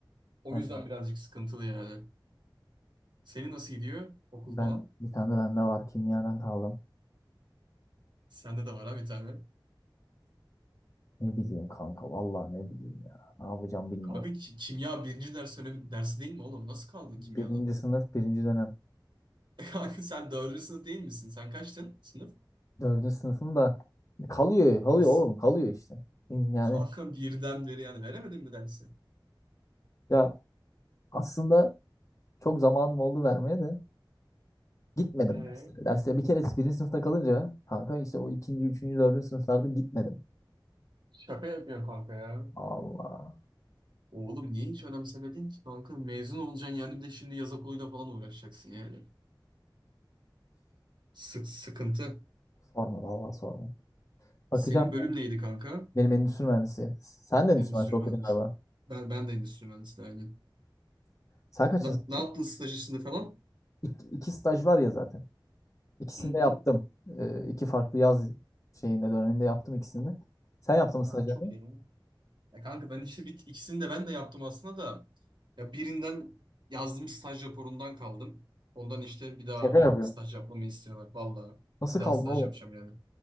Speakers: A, on the right (about 65°); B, on the left (about 40°).
A: O
B: Hı.
A: yüzden birazcık sıkıntılı yani. Senin nasıl gidiyor okul
B: Ben
A: falan?
B: bir tane de bende var kimyadan kaldım.
A: Sende de var ha bir tane.
B: Ne bileyim kanka vallahi ne bileyim ya. Ne yapacağım bilmiyorum.
A: Abi ki- kimya birinci ders önemli dersi değil mi oğlum? Nasıl kaldın kimyadan?
B: Birinci sınıf birinci dönem.
A: <laughs> Kanka sen dördüncü sınıf değil misin? Sen kaçtın sınıf?
B: Dördüncü sınıfım da kalıyor kalıyor
A: Nasıl?
B: oğlum kalıyor işte. Yani
A: Kanka birden beri yani veremedin mi dersi?
B: ya aslında çok zamanım oldu vermeye de gitmedim
A: Ee,
B: derslere. Derslere bir kere birinci sınıfta kalınca kanka işte o ikinci, üçüncü, dördüncü sınıflarda gitmedim.
A: şaka yapıyor kanka ya.
B: Allah
A: Oğlum niye hiç önemsemedin ki kanka? Mezun olacaksın yani bir de şimdi yaz okuluyla falan uğraşacaksın yani. Sık sıkıntı.
B: sorma vallahi sorma. Bakacağım
A: Senin bölüm
B: ya.
A: neydi kanka?
B: Benim endüstri mühendisi. Sen de endüstri
A: Endüstri
B: mühendisi okudun
A: mühendisi.
B: galiba.
A: Ben, ben de endüstri mühendisi aynı.
B: Sen kaçıncısın?
A: Ne, ne yaptın staj işinde falan?
B: İki, iki staj var ya zaten. İkisini
A: Hı hı.
B: de yaptım. Ee, iki farklı yaz şeyinde döneminde yaptım ikisini de. Sen yaptın mı
A: Aa,
B: stajyerliği?
A: çok iyi. Ya kanka ben işte bir, ikisini de ben de yaptım aslında da. Ya birinden yazdığım staj raporundan kaldım. Ondan işte bir daha
B: Şaka yapıyorum.
A: staj yapmamı istiyorlar. Vallahi
B: Nasıl
A: bir
B: kaldın
A: daha staj
B: oğlum?
A: yapacağım yani.